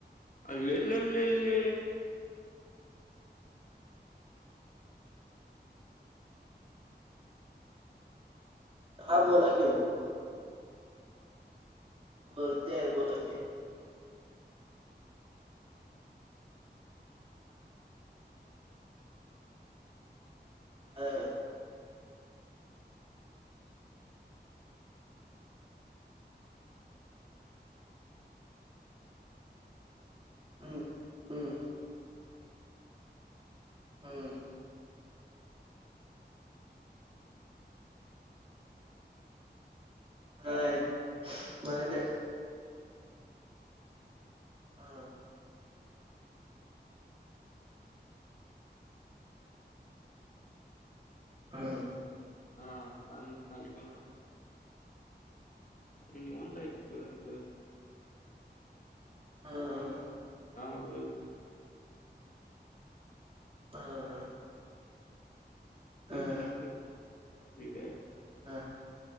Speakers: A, on the left; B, on the right.
A: अले ललले
B: हा बोला कि हो गप वरत्याय बोला क हा हम्म हम्म हम्म नाही नाही नाही हा हा
A: हा काय म्हणत नाही बा आणि म्हणता येईस बर बर
B: हा हा
A: हा वय होय
B: हा हा
A: फबॅक
B: हा हा